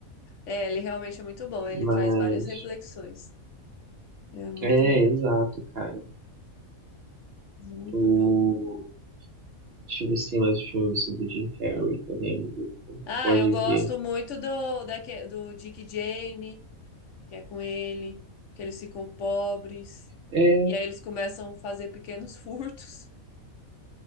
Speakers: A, on the left; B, on the right.
A: É, ele realmente é muito bom. Ele
B: Mas,
A: traz várias reflexões. É muito
B: é,
A: bom,
B: exato, cara.
A: muito
B: O...
A: bom.
B: Deixa eu ver se tem mais filmes assim, do Jim Carrey, que eu lembro.
A: Ah,
B: Pode
A: eu gosto
B: ver.
A: muito do, daque do Dick e Jane, que é com ele, que eles ficam pobres,
B: É,
A: e aí eles começam a fazer pequenos <laughs> furtos